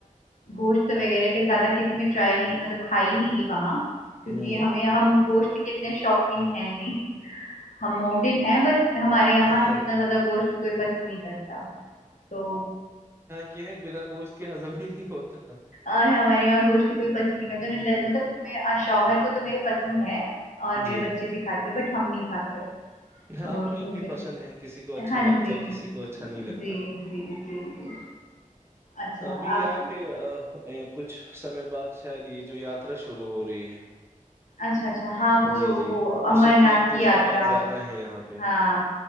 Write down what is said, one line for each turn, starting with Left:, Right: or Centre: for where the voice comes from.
Left: گوشت وغیرہ کا زیادہ کس میں ٹرائی نہیں مطلب کھائی نہیں وہاں
Right: ہ
Left: کیونکہ ہمیں ہم گوشت کتنے شوقین ہیں نہیں ہم مومڈین ہیں ب ہمارے یہاں
Right: ہاں
Left: اتنا زیادہ گوشت کوئی پسند نہیں کرتا تو
Right: کہ بلا گوشت کے ہزم ہی نہیں ہوتا
Left: آاں ہمارے یہاں گوشت کوئی پ ن مطلب میں شوہر کو تو میرے پسند ہے اور میرے
Right: جی
Left: بچے بھی کھاتے ہیں بٹ ہم نہیں کھاتے
Right: ہ
Left: گوشت
Right: اپنی اپنی
Left: مجھے
Right: پسند ہے کسی کو اچھا
Left: ہاں
Right: لگتا
Left: جی
Right: ہے کسی کو اچھا نہیں لگتا
Left: جی جی جی جی اچھا
Right: ابھی
Left: آپ
Right: یہاں پہ کچھ سمے بعد شاید یہ جو یاترا شروع ہو رہی ہے
Left: اچھا اچھا ہاں وہ
Right: جی جی
Left: وہ
Right: اسی
Left: امر
Right: کے
Left: ناتھ
Right: انتظامات
Left: کی یاترا
Right: زیادہ ہیں یہاں پہ
Left: ہاں